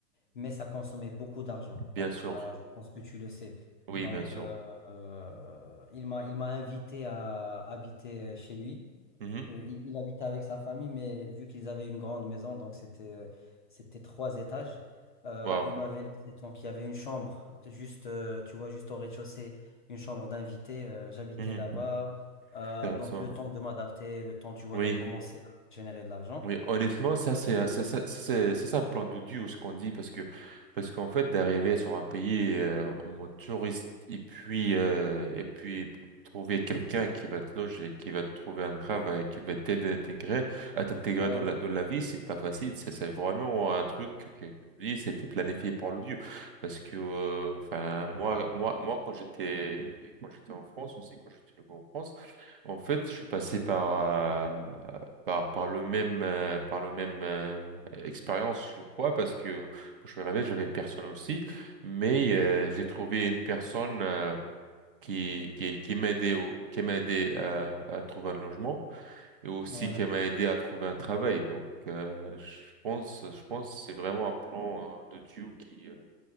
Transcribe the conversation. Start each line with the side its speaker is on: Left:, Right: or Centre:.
Left: mais ça consommait beaucoup d'argent.
Right: Bien
Left: Donc
Right: sûr.
Left: ça, je pense que tu le sais.
Right: Oui,
Left: Donc
Right: bien sûr.
Left: euh, euh, il m'a il m'a invité à habiter chez lui.
Right: Mhm.
Left: Euh, il, il habitait avec sa famille, mais vu qu'ils avaient une grande maison, donc c'était euh, c'était trois étages. euh,
Right: Wow.
Left: il m'avait laissé donc il y avait une chambre juste euh, tu vois juste au rez-de-chaussée une chambre d'invité. euh, j'habitais
Right: Mhm.
Left: là-bas. Euh,
Right: Intéressant.
Left: donc le temps de m'adapter, le temps tu vois
Right: Oui.
Left: de commencer à générer de l'argent.
Right: Oui, honnêtement, ça
Left: Donc,
Right: c'est ça,
Left: ouais.
Right: ça, ça, c'est ça, c'est un plan d'odieux ce qu'on dit parce que parce qu'en fait d'arriver sur un pays euh, en mode touriste et puis euh, et puis trouver quelqu'un qui va te loger, qui va te trouver un travail, qui va t'aider à t'intégrer, à t'intégrer
Left: Ouais,
Right: dans la dans la vie, c'est pas facile. C'est c'est vraiment un truc que que je dis, c'était planifié par l'odieux parce que euh, enfin moi moi moi quand j'étais quand j'étais en France aussi quand j'étais en France en fait, je suis passé par, euh, par par le même euh, par le même euh, expérience je crois parce que quand je me réveille j'avais personne aussi mais euh, j'ai trouvé une personne euh, qui qui qui m'aidait au- qui m'a aidé à, à trouver un logement et aussi
Left: ouais.
Right: qui m'a aidé à trouver un travail donc euh, je pense je pense que c'est vraiment un plan euh, de Dieu qui euh,